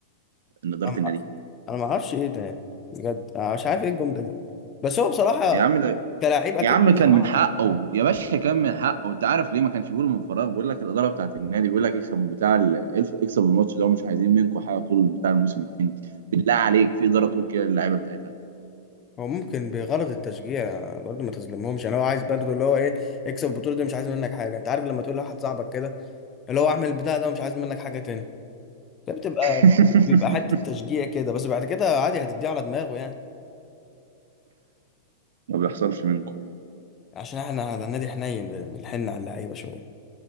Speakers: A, on the right (about 80°); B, on the left (about 20°).
A: ان اداره
B: أم-
A: النادي
B: انا ما اعرفش ايه ده يعني بجد انا مش عارف ايه الجملة دي بس هو بصراحة
A: يا عم ده
B: كلاعب اكيد
A: يا عم
B: طموحه
A: كان من حقه
B: اعلى مم.
A: يا باشا كان من حقه انت عارف ليه ما كانش بيقولوا من فراغ بيقول لك الاداره بتاعت النادي بيقول لك اكسب من بتاع ال- الف- اكسب الماتش ده ومش عايزين منكم حاجه طول بتاع الموسم التاني بالله عليك في اداره طول كده اللعيبه بتاعتها
B: هو ممكن بغرض التشجيع برضه ما تظلمهمش يعني هو عايز برضه اللي هو ايه اكسب البطولة دي مش عايز منك حاجة انت عارف لما تقول لواحد صاحبك كده اللي هو اعمل البتاع ده ومش عايز منك حاجه تاني ده بتبقى
A: <laughs>
B: بيبقى حته تشجيع كده بس بعد كده عادي هتديه على دماغه يعني
A: ما بيحصلش منكم
B: عشان احنا ده نادي حنين ب- بنحن على اللعيبه شويه